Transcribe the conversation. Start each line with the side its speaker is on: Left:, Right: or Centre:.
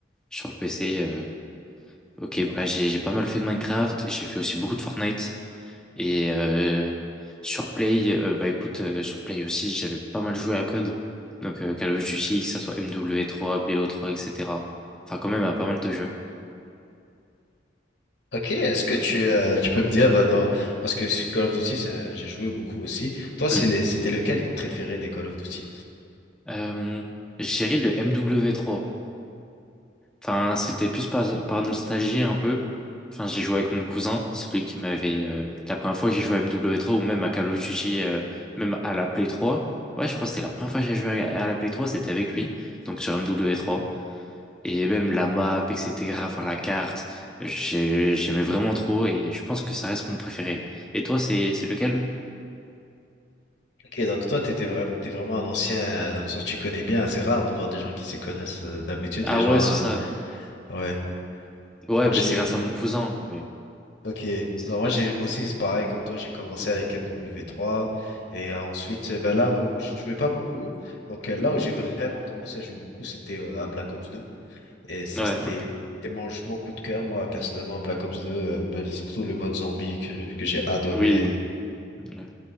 Centre: sur PC. Ok, bah j'ai j'ai pas mal fait de Minecraft, j'ai fait aussi beaucoup de Fortnite et euh, sur Play, euh, bah écoute, euh, sur Play aussi j'avais pas mal joué à Code, donc euh, Call of Duty, que ça soit MW3, BO3, etc. Enfin quand même à pas mal de jeux.
Left: Ok, est-ce que tu, euh, tu peux me dire euh, dans parce que Call of Duty, c'est un- j'ai joué beaucoup aussi. Toi, c'est
Centre: Mm.
Left: les- c'était lequel ton préféré des Call of Duty?
Centre: Euh, je dirais le MW3. Enfin, c'était plus par, par nostalgie un peu. Enfin, j'ai joué avec mon cousin, celui qui m'avait... euh, la première fois que j'ai joué à MW3 ou même à Call of Duty, euh, même à la Play 3. Ouais, je crois que c'était la première fois que j'ai joué à, à la Play 3, c'était avec lui, donc sur MW3. Et même la map, etc., enfin la carte, j'ai- j'aimais vraiment trop et je pense que ça reste mon préféré. Et toi, c'est c'est lequel?
Left: Ok, donc toi, t'étais vraiment, t'es vraiment un ancien, euh, dans le sens tu connais bien. C'est rare de voir des gens qui s'y connaissent. euh, D'habitude,
Centre: Ah
Left: les gens,
Centre: ouais, c'est
Left: euh,
Centre: ça.
Left: ouais.
Centre: Ouais,
Left: Moi,
Centre: mais
Left: j'ai,
Centre: c'est grâce à mon cousin. Mais...
Left: ok.
Centre: c'est
Left: Alors, moi, j'ai,
Centre: ça.
Left: moi
Centre: c'est
Left: aussi,
Centre: ça.
Left: c'est pareil comme toi. J'ai commencé
Centre: Mm.
Left: avec F W trois, et euh, ensuite, euh, ben là où je jouais pas beaucoup. Donc euh, là où j'ai vraiment commencé à jouer beaucoup, c'était euh, à Black Ops deux. Et ça,
Centre: Ouais,
Left: c'était
Centre: ok.
Left: c'était mon, mon coup de cœur, moi, personnellement, Black Ops 2, euh, mais surtout le mode zombie que, que j'ai adoré,
Centre: Oui. Ouais.